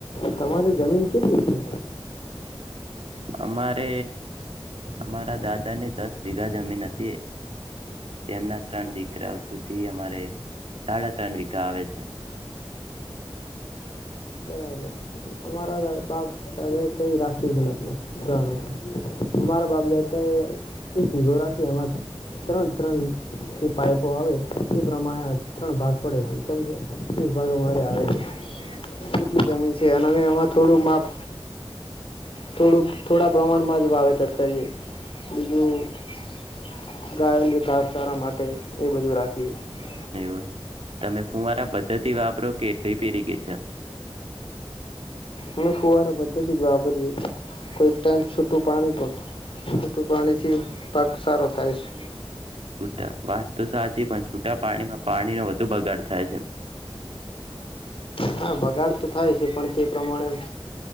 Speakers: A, on the left (about 65°); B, on the right (about 75°).
A: તમારી જમીન કેટલી છે
B: અમારે અમારા દાદાને દસ વીઘા જમીન હતી તેમના ત્રણ દીકરાઓ સુધી અમારે સાડા ત્રણ વીઘા આવે છે
A: બરાબર અમારા બાપ દાદાએ કઈ રાખ્યું જ નથી જાણું અમારા બાપ દાતાએ એક ભગો રાખે એમાં ત્રણ ત્રણ જે પાઇપો આવે એ પ્રમાણે ત્રણ ભાગ પડે છે સમજો એક ભાગ અરે આવે છે
B: એવું
A: એટલી
B: એમ.
A: જમી છે અને થોડું માપ થોડું થોડા પ્રમાણમાં જ વાવેતર કરીએ બીજું ગાયન ખાસ સારા માટે એ બધું રાખીએ
B: એવું એમ તમે ફુંવારા પદ્ધતિ થી વાપર કેટ ફેરી ગઈ છેન
A: અમે ફુંવારે બધા જ વાપરીએ કોઈ ટાઈમ છૂટું પાણી પણ ું પાણીથી પાક સારો થાય છે <inaudible>
B: છૂટા વાત તો સાચે પણ છૂટા પાણીમાં પાણીનો વધુ બગાડ થાય છે
A: હા બગાડ તો થાય છે પણ તે પ્રમાણે